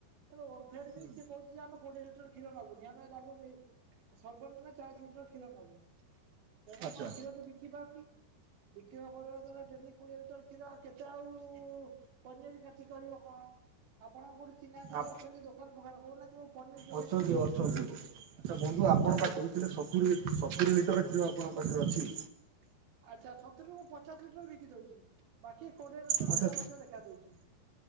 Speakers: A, on the right (about 85°); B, on the right (about 60°).
A: ତେଣୁ ଓମ୍ଫେଡ୍
B: ହୁଁ
A: ବି ସେ କହୁଛି ଯେ ଆମେ କୋଡିଏ ଲିଟର କ୍ଷୀର ନବୁନି ଆମେ ନବୁ ମି ସବୁଦିନ ଚାଳିଶ ଲିଟର କ୍ଷୀର ନବୁ। ତେଣୁ
B: ଆଚ୍ଛା
A: ମୁଁ ଆଉ କ୍ଷୀରଟି ବିକି ପାରୁନି ବିକିନପାରିବା ଦ୍ୱାରା ଡେଲି କୋଡିଏ ଲିଟର କ୍ଷୀର ଆଉ କେତେ ତ ଆଉ ପନିର କାଠି କରିବ କଣ? ଆପଣ କୋଉଠି ଚିହ୍ନା ଯଦି
B: ଆ
A: ଅଛନ୍ତି ଦୋକାନ ଫୋକାନ କହୁନାହାନ୍ତି ମୁଁ ପନିର ଯୋଗେଇଦେବି
B: ଅଛନ୍ତି, ଅଛନ୍ତି। ଆଚ୍ଛା ବନ୍ଧୁ ଆପଣପା
A: ଅଛନ୍ତି?
B: କହୁଥିଲେ ସତୁରୀ ସତୁରୀ ଲିଟର କ୍ଷୀର ଆପଣଙ୍କ ପାଖରେ ଅଛି।
A: ଆଚ୍ଛା, ସତୁରୀରୁ ମୁଁ ପଚାଶ ଲିଟର ବିକି ଦଉଛି। ବାକି କୋଡ଼ିଏ ଲିଟର
B: ଆଚ୍ଛା
A: ର ସମସ୍ୟା ଦେଖା ଦଉଛି।